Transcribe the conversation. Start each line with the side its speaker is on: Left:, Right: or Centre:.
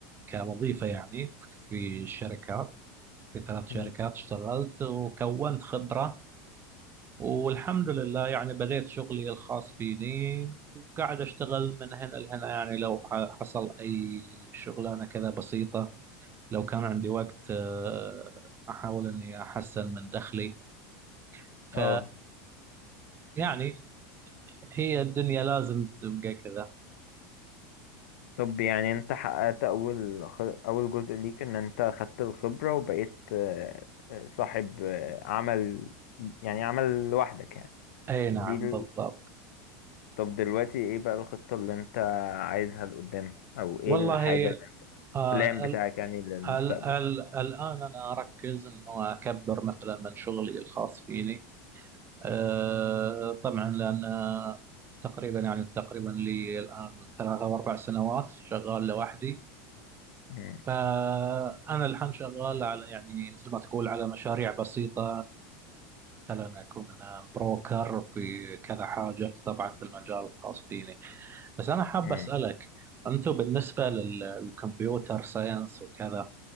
Right: كوظيفه يعني في شركات في ثلاث شركات
Left: مم.
Right: اشتغلت وكونت خبره والحمد لله يعني بديت شغلي الخاص فيني وقاعد اشتغل من هنا لهنا يعني لو ح- حصل اي شغلانه كذا بسيطه لو كان عندي وقت آه، أحاول إني أحسن من دخلي ف
Left: اه
Right: يعني هي الدنيا لازم تبقى كذا
Left: طب يعني انت حققت اول خ... اول جزء ليك ان انت خدت الخبرة وبقيت آه، آه، صاحب آه، عمل يعني عمل لوحدك يعني
Right: أي
Left: دي
Right: نعم
Left: ال...
Right: بالضبط
Left: طب دلوقتي ايه بقى الخطة اللي انت عايزها لقدام او ايه
Right: والله
Left: الحاجة اللي-
Right: آه
Left: البلان بتاعك
Right: ال
Left: يعني للمستقبل
Right: ال ال الآن أنا أركز إنه أكبر مثلا من شغلي الخاص فيني آه طبعا لأن تقريبا يعني تقريبا لي الآن ثلاثة أو أربع سنوات شغال لوحدي
Left: مم.
Right: فأنا الحين شغال على يعني مثل ما تقول على مشاريع بسيطة مثلا أكون أنا بروكر في كذا حاجة في طبعا في المجال الخاص فيني بس أنا حاب
Left: مم.
Right: أسألك أنتم بالنسبة للكمبيوتر ساينس وكذا